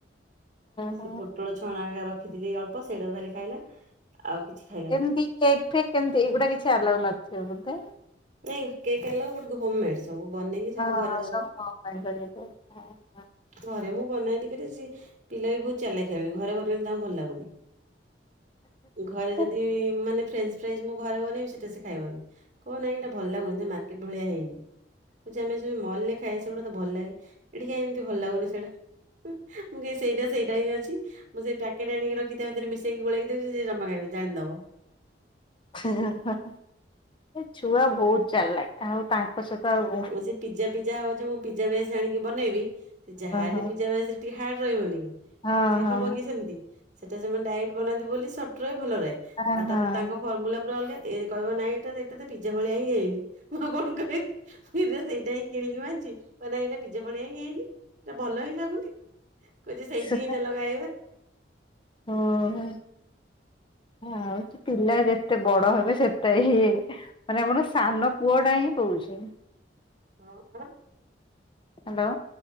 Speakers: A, on the right; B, on the left.
A: ସେ
B: ହଁ।
A: ପୋଟଳ ଛଣା ହେଇକା ରଖିଥିଲି ଅଳ୍ପ ସେଇଟାକୁ ଖାଲି ଖାଇଲା। ଆଉ କିଛି ଖାଇଲାନି
B: କେମତି କେକ୍ ଫେକ୍ କେମତି ଏଇଗୁଡା କିଛି ଆଉ ନଥିବ ବୋଧେ?
A: ନାଇଁ cake allow but home mades. ସବୁ ବନେଇକି ସବୁ
B: ହଁ
A: ଘରେ ଦବ।
B: ସବୁ ବ <unintelligible>
A: ଘରେ ମୁଁ ବନାଏ ଟିକେ ଯେ ସେ ପିଲା ବି ବହୁତ ଚାଲାଖ୍ ହେଲେଣି ଘରେ ବନେଇଲେ ତାଙ୍କୁ ଭଲ ଲାଗୁନି। ଘରେ ଯ ଦି
B: ଏ
A: ମାନେ ଫ୍ରେଞ୍ଚ ଫ୍ରାଇଜ ମୁଁ ଘରେ ବନେଇବି ସେଟା ସେ ଖାଇବନି। କହିବ ନାଇଁ ଏଇଟା ଭଲ ଲାଗୁନି ସେ ମାର୍କେଟ ଭଳିଆ ହେଇନି। କହୁଚି ଆମେ ଯୋଉ <unintelligible> ଖାଏ ସେଗୁଡା ତ ଭଲ ଲାଗେ ଏଠି କାଇଁ ଏମିତି ଭଲ୍ ଲାଗୁନି ସେଇଟା? ହିଁ ମୁଁ କହିବି ସେଇଟା ସେଇଟା ହିଁ ଅଛି। ମୁଁ ସେ ପ୍ୟାକେଟ୍ ଆଣିକି ରଖି ତା ଭିତରେ ମିଶେଇକି ଗୋଳାଇକି ଦେବି ସେ ଜମା ଖାଇବନି ଜାଣିଦବ।
B: ଏ ଛୁଆ ବହୁତ୍ ଚାଲାଖ୍, ଆଉ ଆଉ ତାଙ୍କ ସହିତ ଆଉ ହଁ
A: ସେ ପିଜା ପିଜା ହବଜେ ମୁଁ ପିଜାବେସ୍ ଆଣିକି ବନେଇବି ସେ ଯାହାହଲେ
B: ହଁ
A: ପିଜାବେସ୍ ରେ ଟିକେ ହାର୍ଡ ରହିବନି କି
B: ହଁ
A: ସିଏ
B: ହଁ
A: ହବ କି ସେମିତି, ସେଟା ସେମାନେ ଡାଇରେକ୍ଟ ବନାନ୍ତି ବୋଲି ସଫ୍ଟ ରହେ ଭଲ ରହେ
B: ହଁ ହଁ
A: ଆଉ ତାପରେ
B: ହଁ
A: ତାଙ୍କ ଫର୍ମୁଲା ପୁରା ଅଲଗା ଏ କହିବ ନାଇଁ ଏଇଟା ଏଇଟାତ ପିଜା ଭଳିଆ ହିଁ ହୋଇନି ମୁଁ କଣ କହିବି ମୁଁ କହିବି ସେଇଟାହିଁ କିଣିକି ମୁଁ ଆଣିଚି, କହିବ ନାଇଁ ଏଇଟା ପିଜା ଭଳିଆ ହେଇନି ଏଇଟା ଭଲ ହିଁ ଲାଗୁନି। କହୁଛି ସେଇଠି
B: ସେଟା
A: ହିଁ ଚାଲ ଖାଇବା।
B: ହଁ। ଆଉଛି ପିଲା ଯେତେ ବଡ ହେବେ ସେତ ହିଏ ମାନେ ଆପଣଙ୍କ ସାନ ପୁଅ ଟା ହିଁ କହୁଚି।
A: କଣ?
B: ହାଲୋ।